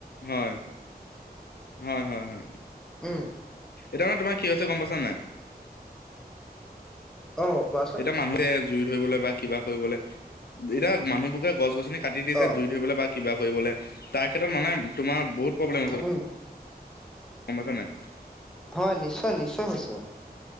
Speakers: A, on the left (about 75°); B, in the centre.
A: হয়, হয়-হয়-হয়।
B: উম
A: এতিয়া মানে তোমাৰ কি হৈছে গম পাইছা নাই।
B: অ কোৱাচোন
A: এতিয়া মানুহে জুই ধৰিবলে বা কিবা কৰিবলে এতিয়া মানুহবোকে গছ গছনি কাটি দিছে
B: অ'
A: জুই ধৰিবলৈ বা কিবা কৰিবলে তাৰ ক্ষেত্ৰত মানে তোমাৰ বহুত প্ৰব্লেম হৈছে
B: উম,
A: গম পাইছা নাই।
B: হয় নিশ্চয় নিশ্চয় হৈছে